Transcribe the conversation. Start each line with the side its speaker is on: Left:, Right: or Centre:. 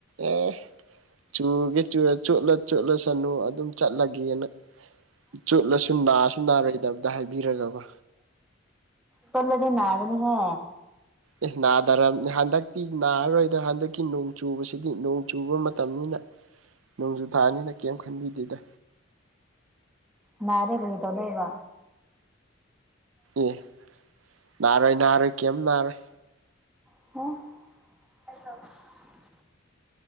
Right: ꯑꯦ ꯆꯨꯒꯦ ꯆꯨꯔ ꯆꯣꯠꯂ ꯆꯣꯠꯂꯁꯅꯨ ꯑꯗꯨꯝ ꯆꯠꯂꯒꯦꯅ ꯆꯨꯠꯂꯁꯨ ꯅꯥꯔꯁꯨ ꯅꯥꯔꯣꯏꯗꯕꯗ ꯍꯥꯏꯕꯤꯔꯒꯀꯣ
Centre: ꯆꯣꯠꯂꯗꯤ ꯅꯥꯒꯅꯤ ꯍꯦ
Right: ꯑꯦ ꯅꯥꯗꯔꯕꯅꯦ ꯍꯟꯗꯛꯇꯤ ꯅꯥꯔꯔꯣꯏꯗꯣ ꯍꯟꯗꯛꯀꯤ ꯅꯨꯡ ꯆꯨꯕꯁꯤꯗꯤ ꯅꯣꯡ ꯆꯨꯕ ꯃꯇꯝꯅꯤꯅ ꯅꯣꯡꯖꯨ ꯊꯥꯅꯤꯅ ꯀꯩꯝ ꯈꯟꯕꯤꯗꯦꯗ
Centre: ꯅꯔꯦ ꯀꯔꯤ ꯇꯧꯗꯣꯢꯕ
Right: ꯑꯦ ꯅꯥꯔꯣꯏ ꯅꯥꯔꯣꯏ ꯀꯩꯝ ꯅꯥꯔꯣꯏ
Centre: ꯑꯦ